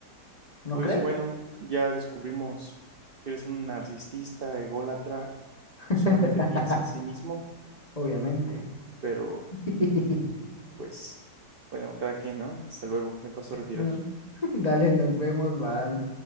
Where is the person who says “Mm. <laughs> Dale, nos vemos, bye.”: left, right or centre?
Left